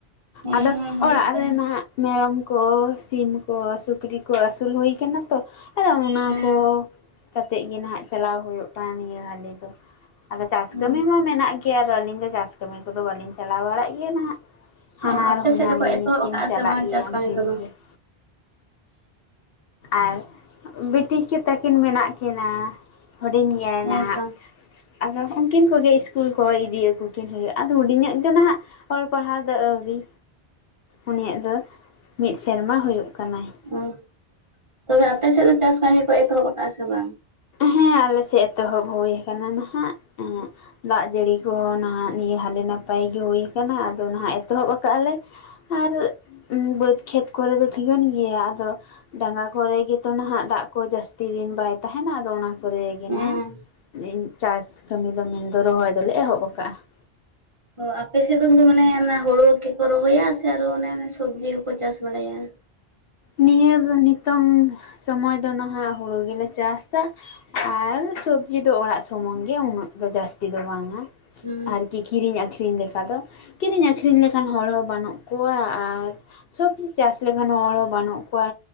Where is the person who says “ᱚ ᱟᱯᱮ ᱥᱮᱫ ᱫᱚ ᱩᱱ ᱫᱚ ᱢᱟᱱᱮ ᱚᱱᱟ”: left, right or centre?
Right